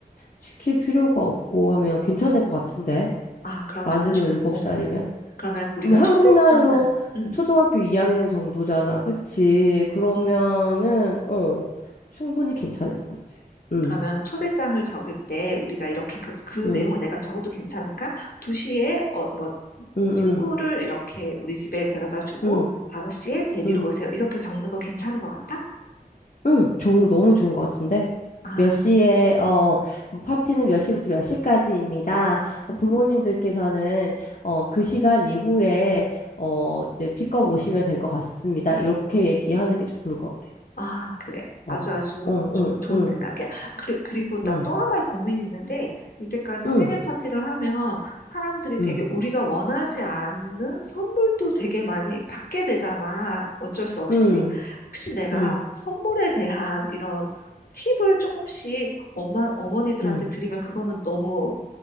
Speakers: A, on the left (about 50°); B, on the left (about 70°).
A: 시킬 필요가 없고 하면 괜찮을 것 같은데?
B: 아, 그러면은,
A: 만으로
B: 초-
A: 일곱
B: 어,
A: 살이면?
B: 그러면 우리가
A: 그럼
B: 초대장은,
A: 한국 나이로
B: 음
A: 초등학교 2학년 정도잖아. 그치? 그러면은,
B: 음
A: 어, 충분히 괜찮을 것 같아. 응,
B: 그러면 초대장을 적을 때 우리가 이렇게 그, 그
A: 응,
B: 내용을 내가 적어도 괜찮을까? 2시에
A: 응,
B: 친구를
A: 응.
B: 이렇게 우리 집에 데려다 주고
A: 응,
B: 5시에 데리러
A: 응,
B: 오세요. 이렇게 적는 거 괜찮은 것 같아?
A: 응. 좋은, 너무 좋은 것 같은데?
B: 아,
A: 몇 시에, 어, 뭐 파티는 몇 시부터 몇 시까지입니다.
B: 음?
A: 부모님들께서는, 어, 그 시간 이후에, 어, 이제 픽업 오시면 될 것 같습니다. 이렇게 얘기하는 게 좋을 것 같아.
B: 아, 그래.
A: 어,
B: 아주 아주
A: 어,
B: 조-
A: 응,
B: 좋은
A: 응,
B: 생각이야. 그리, 그리고 나
A: 응,
B: 또 하나의 고민이 있는데 이때까지
A: 응,
B: 생일 파티를 하면 사람들이 되게
A: 응,
B: 우리가 원하지 않는 선물도 되게 많이 받게 되잖아. 어쩔 수 없이.
A: 응,
B: 혹시 내가
A: 응,
B: 선물에 대한 이런 팁을 조금씩 엄마, 어머니들한테
A: 응.
B: 드리면 그거는 너무